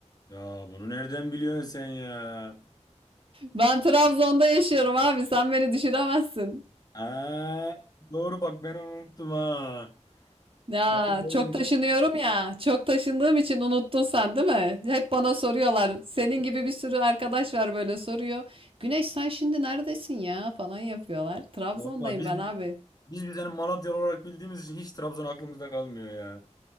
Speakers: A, on the left; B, on the right.
A: Ya bunu nereden biliyorsun sen ya?
B: Ben Trabzon'da yaşıyorum abi sen beni düşüremezsin.
A: Ha, doğru bak ben onu unuttum ha.
B: Ya
A: Ben bunu
B: çok taşınıyorum ya. Çok taşındığım için unuttun sen değil mi? Hep bana soruyorlar. Senin gibi bir sürü arkadaş var böyle soruyor. Güneş sen şimdi neredesin ya falan yapıyorlar. Trabzon'dayım
A: Vallahi biz
B: ben abi.
A: biz biz hani Malatyalı olarak bildiğimiz için hiç Trabzon aklımızda kalmıyor ya.